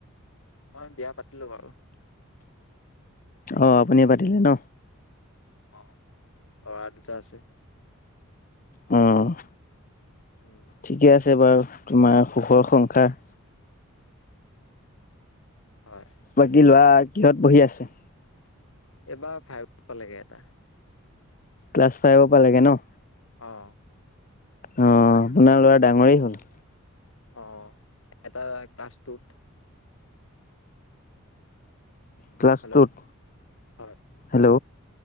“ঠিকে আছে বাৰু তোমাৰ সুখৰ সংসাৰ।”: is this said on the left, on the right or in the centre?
Left